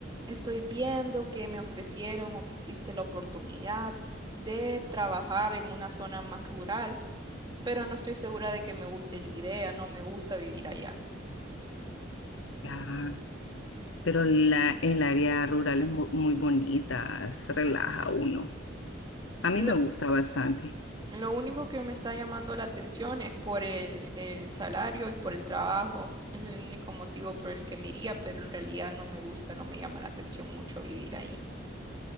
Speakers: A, on the right; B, on the left.
A: Estoy viendo que me ofrecieron o existe la oportunidad de trabajar en una zona más rural, pero no estoy segura de que me guste la idea, no me gusta vivir allá.
B: Ah, pero la, el área rural es mu- muy, bonita, se relaja uno. A mí
A: Lo,
B: me gusta bastante.
A: lo único que me está llamando la atención es por el, el salario y por el trabajo. Es el único motivo por el que me iría, pero en realidad no me gusta, no me llama la atención mucho vivir ahí.